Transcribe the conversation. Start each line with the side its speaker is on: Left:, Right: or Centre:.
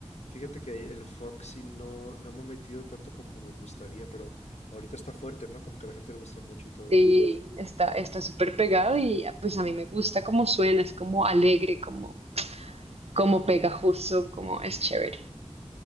Left: Fíjate que el funk sí no, no me he metido tanto como me gustaría, pero ahorita está fuerte, ¿no? Como que a la gente le gusta mucho y todo.
Right: Sí, está, está súper pegado y ah, pues a mí me gusta cómo suena, es como alegre, como, como pegajoso, como es chévere.